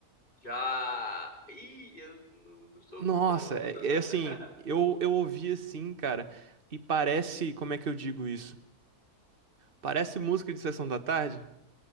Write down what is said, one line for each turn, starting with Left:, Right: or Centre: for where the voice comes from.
Left: Já. Ih, eu não, não sou
Right: Nossa,
Left: muito fã, não.
Right: é,
Left: <laughs>
Right: é assim, eu, eu ouvi assim, cara, e parece, como é que eu digo isso? Parece música de sessão da tarde.